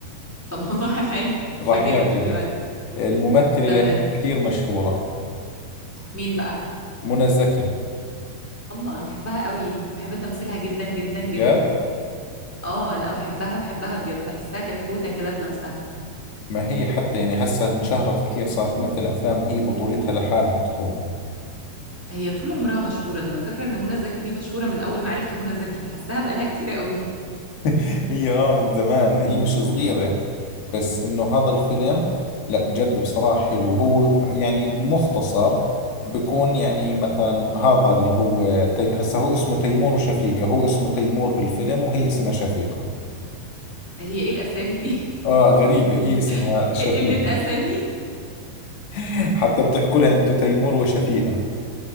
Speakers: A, in the centre; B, on the left.
A: طب والله حلو اتفاجئت
B: راح يعجبك
A: دلوقتي
B: الممثلة
A: تمام
B: لأنها كثير مشهورة
A: مين بقى
B: منى زكي
A: الله انا بحبها قوي بحب تمثيلها جدا جدا جدا
B: جد
A: اه لا بحبها بحبها بجد بحسها كتكوتة كده في نفسها
B: ما هي حتى يعني هسه انشهرت كثير صارت تمثل افلام هي بطولتها لحالها تكون
A: هي طول عمرها مشهورة ده انا فاكرة ان منى زكي دي مشهورة من اول ما عرفت منى زكي حاساها بقالها كتير قوي
B: <laughs> هي اه من زمان هي مش صغيرة بس انه هذا الفيلم لا جد بصراحة حلو هو يعني مختصر بكون يعني مثلا هذا اللي هو تي... هسه هو اسمه تيمور وشفيقة هو اسمه تيمور بالفيلم وهي اسمها شفيقة
A: هي ايه الاسامي دي
B: اه غريبة هي اسمها
A: <laughs>
B: شفيقة
A: ايه قلة اسامي
B: <laughs> حتى بتحكوا لها انتو تيمور وشفيقة